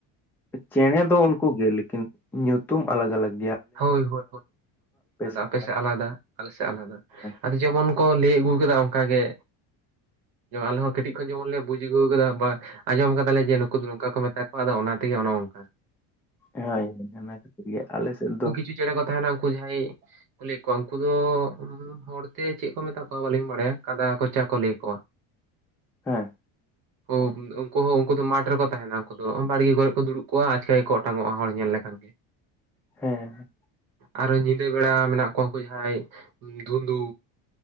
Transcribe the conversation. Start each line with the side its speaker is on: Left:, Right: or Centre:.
Centre: ᱪᱮᱸᱬᱮ ᱫᱚ ᱩᱱᱠᱩ ᱜᱮ ᱞᱮᱠᱤᱱ ᱧᱩᱛᱩᱢ ᱟᱞᱟᱜ-ᱟᱞᱟᱜ᱾
Right: ᱦᱳᱭ-ᱦᱳᱭ
Centre: ᱥᱮᱫ
Right: ᱟᱯᱮ
Centre: ᱟᱞᱟᱜᱽ
Right: ᱥᱮᱜ ᱟᱞᱟᱫᱟ, ᱟᱞᱮ ᱥᱮᱫ ᱟᱞᱟᱫᱟ
Centre: ᱠᱚ᱾
Right: ᱟᱫᱚ ᱡᱮᱢᱚᱱ ᱠᱚ ᱞᱟᱹᱭ ᱟᱹᱜᱩ ᱟᱠᱟᱫᱟ ᱚᱱᱠᱟ ᱜᱮ ᱟᱞᱮ ᱦᱚᱸ ᱠᱟᱹᱴᱤᱡ ᱠᱷᱚᱱ ᱡᱮᱢᱚᱱ ᱞᱮ ᱵᱩᱡ ᱟᱹᱜᱩ ᱟᱠᱟᱫᱟ ᱵᱟ ᱟᱸᱡᱚᱢ ᱟᱠᱟᱫᱟ ᱞᱮ ᱡᱮ ᱱᱩᱠ ᱩᱱᱠᱩ ᱫᱚ ᱱᱚᱝᱠᱟ ᱠᱚ ᱢᱮᱛᱟ ᱠᱚᱣᱟ ᱟᱫᱚ ᱚᱱᱟ ᱛᱮᱜᱮ ᱚᱱᱮ ᱚᱝᱠᱟ,
Centre: ᱦᱳᱭ ᱚᱱᱟ ᱠᱷᱟᱹᱛᱤᱨ ᱜᱮ ᱟᱞᱮ ᱥᱮᱫ ᱫᱚ
Right: ᱪᱩ ᱪᱮᱸᱬᱮ ᱠᱚ ᱛᱟᱦᱮᱱᱟ ᱩᱱᱠᱩ ᱡᱟᱦᱟᱭ ᱠᱚ ᱞᱟᱹᱭ ᱠᱚᱣᱟ ᱩᱱᱠᱩ ᱫᱚ ᱦᱚᱲᱛᱮ ᱪᱮᱫ ᱠᱚ ᱢᱮᱛᱟ ᱠᱚᱣᱟ ᱵᱟᱹᱞᱤᱧ ᱵᱟᱲᱟᱭᱟ ᱠᱟᱫᱟ ᱠᱚᱪᱟ ᱠᱚ ᱞᱟᱹᱭ ᱠᱚᱣᱟ,
Centre: ᱦᱮᱸ᱾
Right: ᱠᱚ ᱩᱱᱠᱩ ᱦᱚᱸ ᱩᱱᱠᱩ ᱫᱚ ᱢᱟᱴᱷ ᱨᱮᱠᱚ ᱛᱟᱦᱮᱱᱟ, ᱩᱱᱠᱩ ᱫᱚ ᱵᱟᱲᱜᱮ ᱠᱚᱨᱮ ᱠᱚ ᱫᱩᱲᱩᱵ ᱠᱚᱜᱼᱟ ᱟᱪᱠᱟ ᱜᱮᱠᱚ ᱚᱴᱟᱝ ᱚᱜᱼᱟ ᱦᱚᱲ ᱧᱮᱞ ᱞᱮᱠᱷᱟᱱ ᱜᱮ,
Centre: ᱦᱮᱸ᱾
Right: ᱟᱨ ᱦᱚᱸ ᱧᱤᱫᱟᱹ ᱵᱮᱲᱟ ᱢᱮᱱᱟᱜ ᱠᱚᱣᱟ ᱩᱱᱠᱩ ᱡᱟᱦᱟᱸᱭ ᱫᱷᱩᱸᱫᱩ᱾